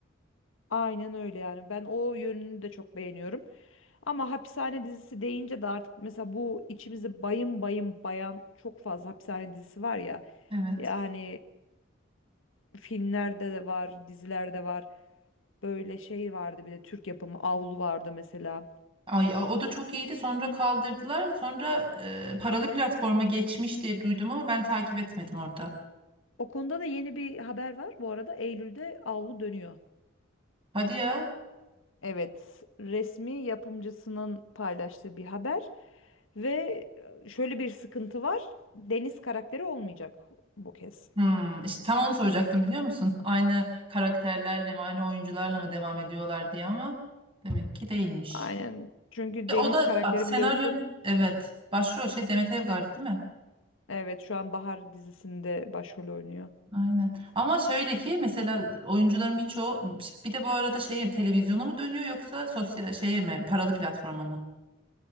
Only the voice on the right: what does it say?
Evet.
Ay a- o da çok iyiydi sonra kaldırdılar sonra e, paralı platforma geçmiş diye duydum ama ben takip etmedim orada.
Hadi ya.
Hmm, işte tam onu soracaktım biliyor musun? Aynı karakterlerle mi aynı oyuncularla mı devam ediyorlar diye ama demek ki değilmiş.
E,
O da
bak senaryon
evet başrol şey Demet Evgar değil mi?
Aynen. Ama şöyle ki mesela oyuncuların birçoğu bir de bu arada şeye televizyona mı dönüyor yoksa sosyal şeye mi paralı platforma mı?